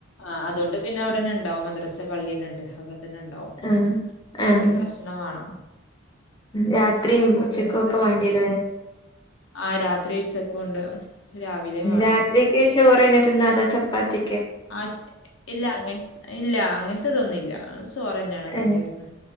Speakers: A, on the left; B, on the left.
A: ആ അതുകൊണ്ട് പിന്നെ അവിടന്നെണ്ടാവും
B: ഉം.
A: മദ്രസ പള്ളിന്നെണ്ട് അവിടെ തന്നെണ്ടാവും
B: ആഹ്
A: അപ്പ
B: ആഹ്
A: പിന്നെ ഭക്ഷണം വാണം.
B: രാത്രിയും
A: അപ്പൊ
B: ഉച്ചക്കും
A: അങ്ങനെ ഇണ്ടാക്കും.
B: ഒക്കെ വേണ്ടിരോ അത്?
A: ആ രാത്രി ഉച്ചക്കുണ്ട്. രാവിലെയും വാണം.
B: രാത്രിക്ക് ചോറെന്നെ. <unintelligible> ചപ്പാത്തി
A: ആ ഇല്ല അങ്ങ ഇല്ല അങ്ങനത്തതൊന്നുംല്ല. ചോറെന്നെണ് വേണ്ടീര്ണ്.
B: ഏഹ്